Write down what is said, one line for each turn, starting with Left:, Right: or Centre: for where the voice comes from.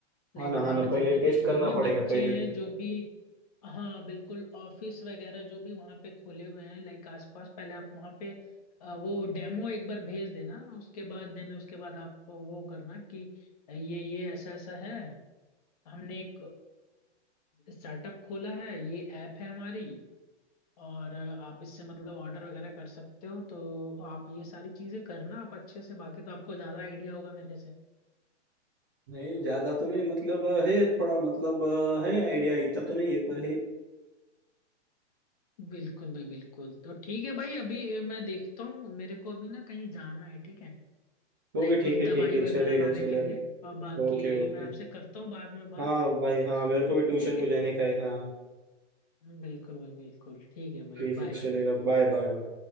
Left: लाइक
Right: हाँ ना
Left: वहाँ
Right: हाँ ना
Left: पे जितने
Right: पहले
Left: भी
Right: टेस्ट करना
Left: जो भी
Right: पड़ेगा
Left: बच्चे
Right: पहले
Left: हैं
Right: पे
Left: जो भी हाँ बिल्कुल ऑफिस वगैरह जो भी वहाँ पे खुले हुए हैं लाइक आसपास पहले आप वहाँ पे अ, वो डेमो एक बार भेज देना उसके बाद देना उसके बाद आप वो करना कि ये ये ऐसा ऐसा है हमने एक स्टार्टअप खोला है ये ऐप है हमारी और आप इससे मतलब ऑर्डर वगैरह कर सकते हो तो आप ये सारी चीजें करना आप अच्छे से बाकी तो आपको ज्यादा आइडिया होगा मेरे से
Right: नहीं ज्यादा तो नहीं मतलब है थोड़ा मतलब है आइडिया इतना तो नहीं है पर है
Left: बिल्कुल भाई बिल्कुल तो ठीक है भाई अभी मैं देखता हूँ मेरे को अभी ना कहीं जाना है ठीक है
Right: ओके
Left: लाइक
Right: ठीक
Left: कुछ
Right: है
Left: दवाई
Right: ठीक है
Left: वगैरह
Right: चलेगा
Left: लाने
Right: चलेगा
Left: के लिए और बाकी
Right: Okay okay
Left: मैं आपसे करता हूँ बाद में बात
Right: हाँ भाई हाँ मेरे को भी ट्यूशन
Left: ठीक
Right: को
Left: है
Right: जाने का है हाँ
Left: बिल्कुल भाई बिल्कुल ठीक है भाई
Right: ठीक है
Left: बाय
Right: चलेगा
Left: फिर
Right: बाय बाय बाय